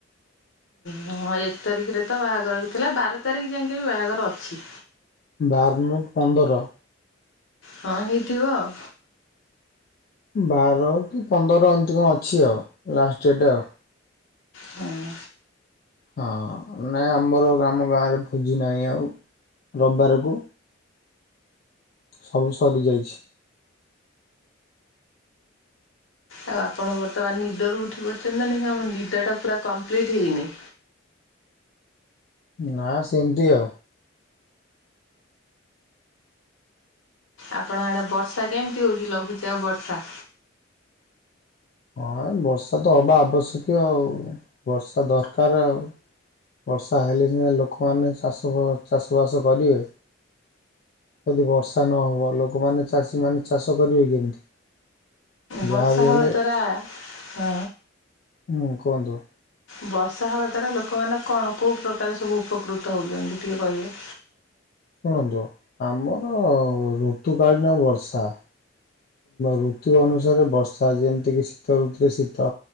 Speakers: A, on the left; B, on the left.
A: ହଁ ଏକ ତାରିଖରେ ତ ବାହାଘର ବି ଥିଲା ବାର ତାରିଖ ଯାଇକି ବି ବାହାଘର ଅଛି।
B: ବାର ନୁହଁ ପନ୍ଦର।
A: ହଁ ହେଇଥିବ ଆଉ।
B: ବାର କି ପନ୍ଦର ଏମିତି କଣ ଅଛି ଆଉ ଲାଷ୍ଟ ଡେଟ୍ ଆଉ।
A: ହଁ।
B: ହଁ ନାଇଁ ଆମର ଆମ ଗାଁରେ ଭୋଜି ନାହିଁ ଆଉ ରବିବାରକୁ ସବୁ ସରି ଯାଇଛି।
A: ଆଉ ଆପଣ ବର୍ତ୍ତମାନ ନିଦରୁ ଉଠି ପଡିଛନ୍ତି ନା ନାହିଁ ଆପଣ ନିଦଟା ପୁରା କମ୍ପ୍ଲିଟ୍ ହେଇନି।
B: ନା ସେମିତି ଆଉ।
A: ଆପଣ ଆଡେ ବର୍ଷା କେମିତି ହଉଛି ଲଘୁଚାପ ବର୍ଷା?
B: ହଁ ବର୍ଷା ତ ହବା ଆବଶ୍ୟକୀୟ ଆଉ ବର୍ଷା ଦରକାର ଆଉ ବର୍ଷା ହେଲେ ସିନା ଲୋକମାନେ ଚାଷ ଚାଷବାସ କରିବେ। ଯଦି ବର୍ଷା ନହବ ଲୋକମାନେ ଚାଷୀମାନେ ଚାଷ କରିବେ କେମିତି?
A: ବର୍ଷା
B: ଯାହାବି
A: ହେବା
B: ହେଲେ
A: ଦ୍ୱାରା ହ।
B: ହୁଁ କୁହନ୍ତୁ।
A: ବର୍ଷା ହେବା ଦ୍ୱାରା ଲୋକମାନେ କଣ କେଉଁ ପ୍ରକାର ସବୁ ଉପକୃତ ହେଉଛନ୍ତି ଟିକେ କହିଲେ?
B: ଶୁଣନ୍ତୁ ଆମର ଋତୁକାଳୀନ ବର୍ଷା। ଋତୁ ଅନୁସାରେ ବର୍ଷା ଯେମିତି କିି ଶୀତ ଋତୁରେ ଶୀତ।